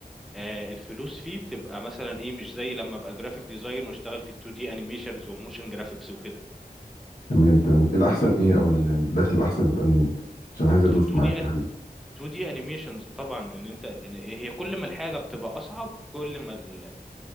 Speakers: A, in the centre; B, on the left.
A: آه الفلوس فيه بتبقى مثلا ايه مش زي لما ابقى جرافيك ديزاين واشتغل في 2 دي انيميشنز وموشن جرافيكس وكده
B: تمام تمام الاحسن ايه او الدخل الاحسن بيبقى منين عشان عايز ادوس
A: في 2
B: معاك
A: دي
B: في حاجه
A: 2 دي انيميشنز طبعا ان انت إن هي كل ما الحاجه بتبقى اصعب كل ما ال-